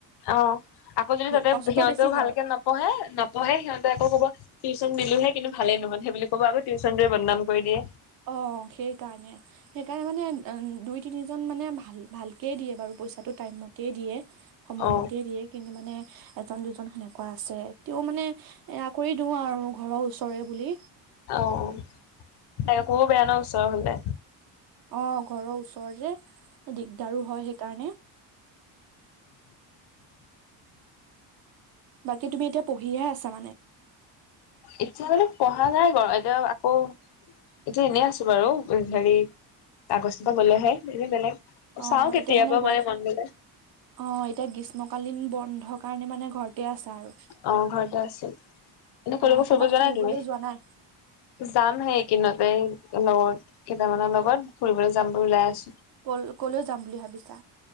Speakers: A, on the left; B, on the right.
A: অ', আকৌ যদি তাতে
B: কষ্ট
A: সিহঁতেও
B: বেছি
A: ভালকে
B: হয়
A: নপঢ়ে, নপঢ়ে সিহঁতে আকৌ কব টিউচন দিলোহে কিন্তু ভালেই নোহান সেই বুলি ক'ব আৰু টিউশনোৱে বদনাম কৰি দিয়ে।
B: অ', সেইকাৰণে। সেইকাৰণে মানে দুই তিনিজন মানে ভাল ভালকেই দিয়ে বাৰু পইচাটো টাইমমতেই দিয়ে। সময়মতে
A: অ
B: দিয়ে। কিন্তু মানে এজন দুজন সেনেকুৱা আছে তেও মানে এয়া কৰি দিওঁ আৰু ঘৰৰ ওচৰে বুলি।
A: অ', তাকৌ বেয়া ন ওচৰ হ'লে
B: অ', ঘৰৰ ওচৰৰ যে দিগদাৰো হয় সেইকাৰণে বাকী তুমি এতিয়া পঢ়িহে আছা মানে।
A: এতিয়া মানে পঢ়া নাই বাৰু এতিয়া আকৌ এতিয়া এনেই আছো, বাৰু হেৰি আগষ্ট পৰা গ'লেহে এনেই বেলেগ
B: অ
A: চাওঁ কেতিয়াবা
B: এতিয়া গ
A: মানে মন গ'লে।
B: অ', এতিয়া গ্ৰীষ্মকালীন বন্ধৰ কাৰণে মানে ঘৰতে আছা আৰু।
A: অ' ঘৰতে আছোঁ। এনে ক'লৈকো
B: অ কৰ'বাত
A: ফুৰিব যোৱা
B: ফুৰিবলৈ
A: নাই তুমি?
B: যোৱা নাই
A: যামহে এই কিদিনতে লগত। কেইটামানৰ লগত ফুৰিবলৈ যাম বুলি ওলাই আছোঁ।
B: কল-ক'লৈ যাম বুলি ভাবিছা?